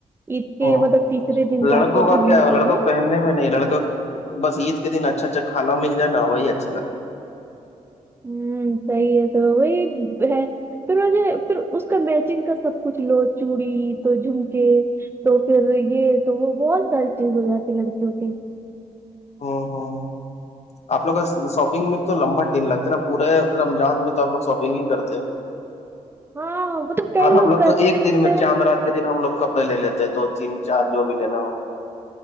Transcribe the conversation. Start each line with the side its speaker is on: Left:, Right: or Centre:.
Right: عید کے
Left: ہ
Right: مطلب تیسرے دن
Left: لڑکوں
Right: جاتے
Left: کا
Right: گھومنے
Left: کیا ہے
Right: کے
Left: لڑکوں
Right: لیے
Left: پہننے میں نہیں لڑکا بس عید کے دن اچھا اچھاھانا مل جا وہی اچھا لگتا
Right: ہوں صحیح ہے تو وہی ہے پھر مجھے پھر اس کا میچنگ کا سب کچھ لو چوڑی تو جھمکے تو پھر یہ تو وہ بہت ساری چیز ہو جاتی لڑکیوں کے
Left: ہ ہاں ہاں آ لوگ کا شاپنگ میں تو لمبا ٹن لگتا ہے نا پورے رم جان میں تو آ لوگ شاپنگ ہی کرتے ہو
Right: ہاں وہ تو کئی
Left: اور ہم لوگ
Right: کرتے
Left: تو ایک
Right: ہیں لیکن
Left: دن میں چاند رات کے دن ہم لوگ کپڑے لے لیتے دو تین چار جو بھی لینا ہو